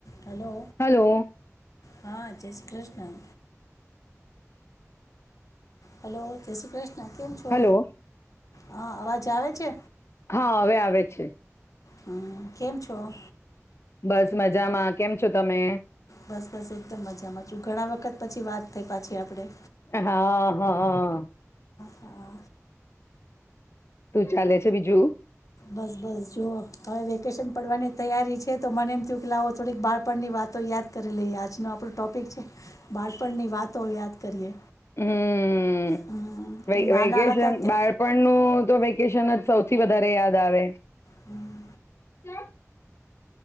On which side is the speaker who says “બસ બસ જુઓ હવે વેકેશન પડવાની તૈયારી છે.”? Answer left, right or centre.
Left